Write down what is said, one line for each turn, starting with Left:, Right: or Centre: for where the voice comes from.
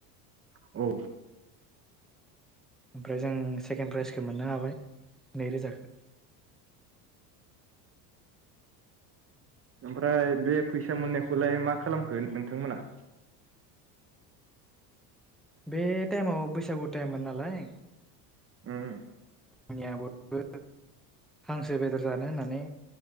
Right: औ।
Centre: ओमफ्राय जों सेकेणड प्राइजखौ मोननो हाबाय। <unintelligible> नै रोजाखो
Right: ओमफ्राय बे फैसा मोननायखौलाय मा खालामखो नोंथांमोना।
Centre: बे टाइमाव बैसागु टाइममोन नालाय
Right: उम
Centre: निया बयबो हांसो बेदर जानो होननानै